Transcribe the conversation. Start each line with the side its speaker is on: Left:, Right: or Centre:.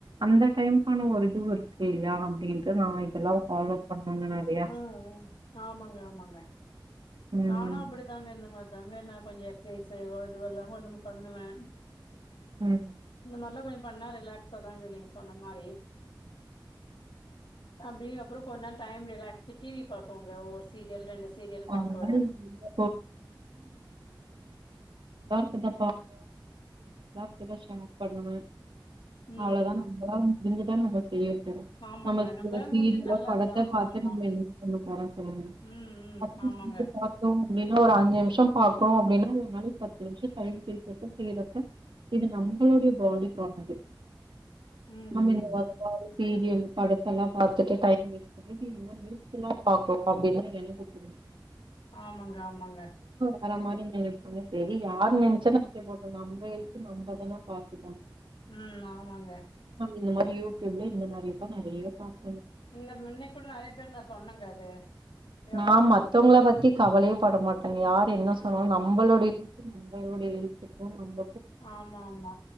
Right: அந்த டைம்கான ஒரு இதுவு இருக்கு இல்லயா அப்டின்ட்டு நா இதெல்லா ஃபாலோ பண்ணுவங்க நெறையா
Left: உம்-உம் ஆமாங்க-ஆமாங்க
Right: ம்
Left: நானு அப்டிதாங்க இந்த மாரி தாங்க நா கொஞ்சோ எக்சசைஸ்ஸு இதுவெல்லா கொஞ்சோ பண்ணுவே
Right: ம்
Left: இந்த மார்ல்லா கொஞ்ச பண்ணா ரிலாக்ஸ்ஸா தாங்க நீங்க சொன்ன மாரி அப்டி அப்றோ கொஞ்ச நேரோ டிவி பாப்போ ஒரு சீரியல் ரெண்டு சீரியல்
Right: அந்த
Left: பாக்குவே
Right: மாரி <unintelligible> ல்லா கொஞ்சோ பாப்பே தா ஷேர் பண்ணுவே
Left: ம்
Right: அவ்ளோதா
Left: ம்
Right: நம்ப இதுக்குதா நம்ம செய்யு
Left: ஆமாங்க
Right: நம்ம
Left: நம்மளால
Right: சீரியலோ
Left: முடிஞ்சது நல்லது
Right: படத்த
Left: தா
Right: பாத்து
Left: ஆமா
Right: நம்ம என்ன பண்ண போகபோறோ சொல்லுங்க
Left: ம் ம்
Right: அட்லீஸ்ட்
Left: ஆமாங்க
Right: வந்து பாத்தோ அப்டின்னா ஒரு அஞ்சு நிமிஷ பாக்கு அப்டினா அத நாளைக்கு பத்து நிமிஷ டைம் கேக்கத செய்யறது இது நம்மளுடைய பாடி போனது
Left: ம்
Right: நமீன
Left: ம்
Right: <unintelligible> சீரியல் படத்தலா பாத்துட்டு டைம் வேல்லா பாகறோ அப்டின்னா எனக்கு டி <unintelligible>
Left: ஆமங்க ஆமங்க
Right: வேர மாரி நெனப்பே செரி யாரு நெனச்சா நெனச்ச போட்டோ நம்ம இதுக்கு நம்மதா பாத்து
Left: ம் ஆமாங்க
Right: இந்த மாரியூடிப்ல இந்த மாரிதா நெறய பாப்
Left: இந்த மின்ன கூட நெறய தடவ நா சொன்னங்க அது யோகா
Right: நா
Left: பண்ணுங்க
Right: மத்துவங்கள பத்தி கவலயே பட மாட்டேங்க யார் என்ன
Left: ம்
Right: சொன்னாலு நம்பளுடைய நம்மளுடை எழுத்துக்கே நம்ப
Left: ஆமா ஆமா